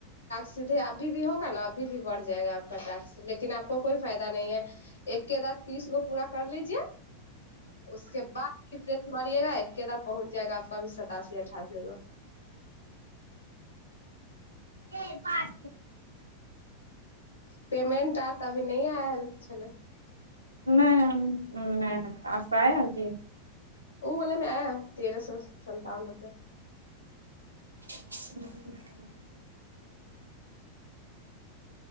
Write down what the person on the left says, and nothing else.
सीधे अभी भ होगा ने अभी भी बढ़ जाएगा आपक टाक्स लेकिन आपको कोइ फायदा नहि है एक एकरात तीस गो पूरा कर लीजए उसके बाद पड़ियएगा एकेबार पहुँच जाएगा आपक अभी सताासी अठासीगो
पेमेंट आर तऽ अभी न आयल हेलो
उ वलामे आया है तेरह सए सन्तावन रुपए <inaudible>